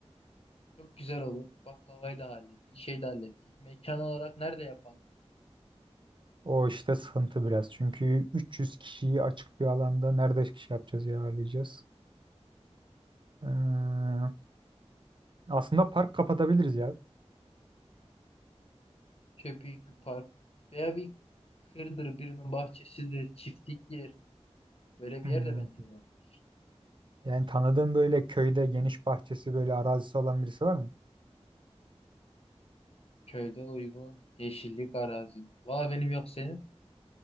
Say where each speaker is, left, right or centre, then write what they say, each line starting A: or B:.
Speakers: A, on the left; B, on the right.
A: Çok güzel olur. Baklavayı da hallettik, şey de hallettik. Mekan olarak nerede yapalım?
B: O işte sıkıntı biraz. Çünkü 300 kişiyi açık bir alanda nerede şey yapacağız ya ağırlayacağız. Ee, aslında park kapatabiliriz ya.
A: Şöyle büyük bir park veya bir kırdır birinin bahçesidir, çiftliktir. Böyle bir
B: Hmm.
A: yer de bence olabilir.
B: Yani tanıdığım böyle köyde geniş bahçesi böyle arazisi olan birisi var mı?
A: Köyde uygun yeşillik arazi. Vay benim yok senin.